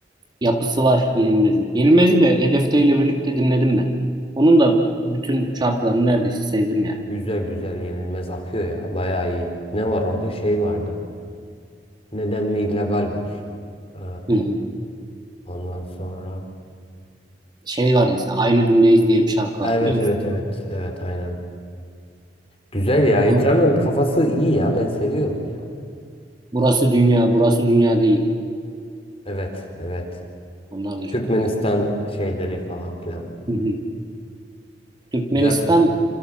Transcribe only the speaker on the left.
Güzel güzel Yenilmez akıyor ya bayağı iyi. Ne var orada şey vardı. Neden mi illegal var? Ee,
ondan sonra.
Evet
evet evet evet aynen. Güzel ya.
Hidra'nın kafası iyi ya. Ben seviyorum ya.
Evet evet.
Türkmenistan
şeyleri falan filan.
Güzel kafa.